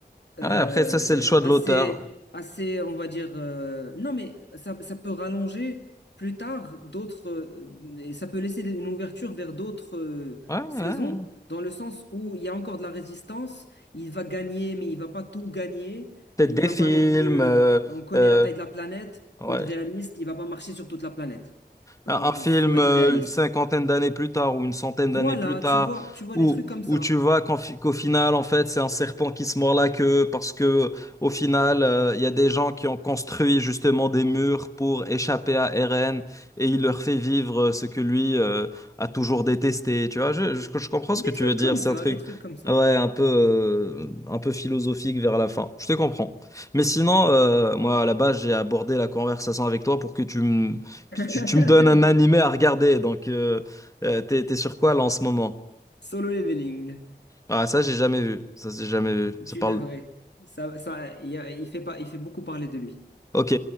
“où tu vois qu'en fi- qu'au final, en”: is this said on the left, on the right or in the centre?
Left